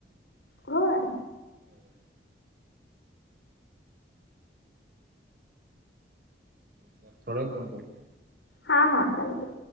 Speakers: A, on the left (about 80°); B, on the right (about 55°).
A: होय.
B: अ र थोड कोण करल <unintelligible>
A: हा हा चालते.